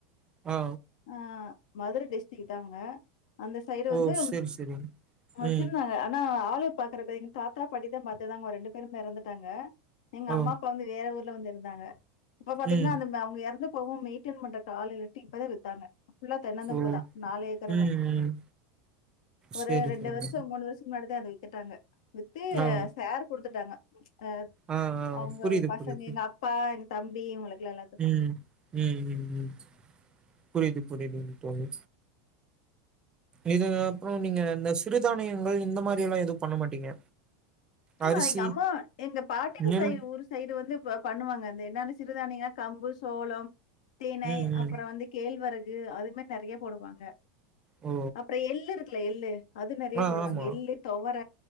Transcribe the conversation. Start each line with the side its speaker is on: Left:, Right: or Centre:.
Right: ஆ
Left: ஆ மதுரை டிஸ்டரிக் தாங்க அந்த சைடு
Right: ஓ
Left: வந்து
Right: செரி செரி
Left: வச்சிருந்தாங்க
Right: ம்
Left: ஆனா ஆளு பாக்குறப்ப எங்க தாத்தா படித மத்ததாங்க ஒரு ரெண்டு பேரும் இறந்துட்டாங்க எங்க
Right: ஓ
Left: அம்மா அப்பா வந்து வேற ஊர்ல வந்து இருந்தாங்க இப்ப பாத்தீங்கனா
Right: ம்
Left: அந்த அவுங்க இறந்து போவவும் மெயின் ஆ மெய்ன்ட்டன் பண்றதுக்கு ஆளு இல்லனு இப்பதான் வித்தாங்க ஃபுல்லா தென்னந்தோப்புதா
Right: ஓ
Left: நாலு ஏக்கருமே
Right: ம் ம்
Left: ஒரு
Right: செரி
Left: ரெண்டு
Right: செரி
Left: வருஷம் மூணு வருஷத்துக்கு முன்னாடிதா அத வித்துட்டாங்க வித்து
Right: ஆ
Left: சேர் குடுத்துட்டாங்க அ
Right: ஆ ஆ
Left: அவுங்க
Right: புரியுது
Left: பசங்க
Right: புரியுது
Left: எங்க அப்பா எங்க தம்பி இவுங்களுக்கெலாம் எலாம்
Right: உம் உம் உம் உம் புரியுது புரியுதுங்க தோழி இது அப்புறம் நீங்க இந்த சிறுதானியங்கள் இந்த மாரில்லா எதுவும் பண்ண மாட்டீங்க
Left: ஆ
Right: அரிசி,
Left: எங்க அம்மா எங்க பாட்டிக்கு
Right: நெல்
Left: செய்ற ஊரு சைடு வந்து பண்ணுவாங்க அந்த என்னது சிறுதானியனா கம்பு சோளம் தினை
Right: ம், ம்.
Left: அப்புறம் வந்து கேழ்வரகு அதுமாரி நிறைய போடுவாங்க
Right: ஓ!
Left: அப்புறம் எள்ளு இருக்குல எள்ளு அது நெறய
Right: ஆ,
Left: போடுவாங்க
Right: ஆமா.
Left: எள்ளு துவர